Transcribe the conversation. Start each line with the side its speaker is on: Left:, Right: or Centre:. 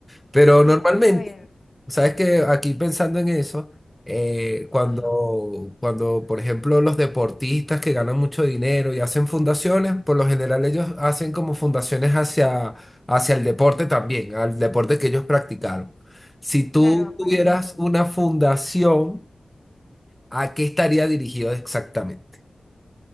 Centre: Pero
Left: Y
Centre: normalmente...
Left: a ver,
Centre: Sabes que aquí pensando en eso, eh, cuando,
Left: ajá,
Centre: cuando, por ejemplo, los deportistas que ganan mucho dinero y hacen fundaciones, por lo general ellos hacen como fundaciones hacia, hacia el deporte también, al deporte que ellos practicaron. Si tú
Left: claro, apoyan
Centre: tuvieras
Left: el deporte.
Centre: una fundación, ¿a qué estaría dirigido exactamente?